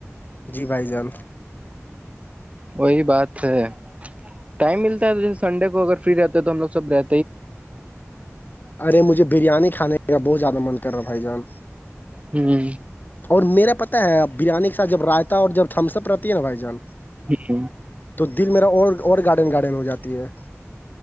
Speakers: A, on the left; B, on the right.
A: جی بھائی جان
B: وہی بات ہے ٹائم ملتا ہے سنڈے کو اگر فری رہتے تو ہم لو سب رہ
A: ارے مجھے بریانی کھانے کا بہت زیادہ من کر رہا بھائی جان
B: ہ
A: اور میرا پتا ہے بریانی کے ساتھ جب رات اور جب تھمسپ رہتی ہے نا بھائی جان
B: ہچ
A: تو دل میرا اور اور گارڈن گارڈن ہو جاتی ہے